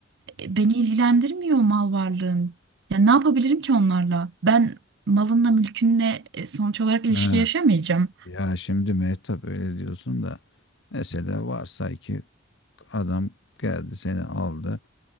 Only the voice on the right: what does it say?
e, Beni ilgilendirmiyor mal varlığın. Ya ne yapabilirim ki onlarla? Ben malınla mülkünle e, sonuç olarak ilişki
yaşamayacağım.